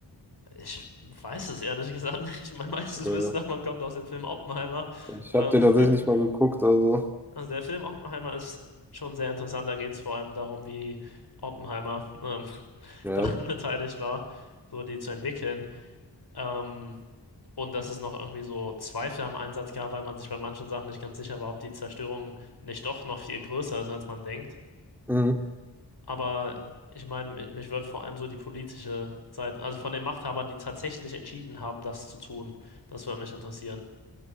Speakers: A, on the left; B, in the centre.
A: Ich weiß es ehrlich gesagt nicht. <laughs> Mein meistes
B: Ja.
A: Wissen davon kommt aus dem Film Oppenheimer.
B: Ich
A: Ähm,
B: habe den tatsächlich nicht mal geguckt, also.
A: <laughs> also der Film Oppenheimer ist schon sehr interessant. Da geht es vor allem darum, wie Oppenheimer ähm, <laughs>
B: Ja.
A: daran beteiligt war, so die zu entwickeln. Ähm, und dass es noch irgendwie so Zweifel am Einsatz gab, weil man sich bei manchen Sachen nicht ganz sicher war, ob die Zerstörung nicht doch noch viel größer ist, als man denkt.
B: Mhm.
A: Aber ich meine, mi- mich würde vor allem so die politische Seite, also von den Machthabern, die tatsächlich entschieden haben, das zu tun, das würde mich interessieren.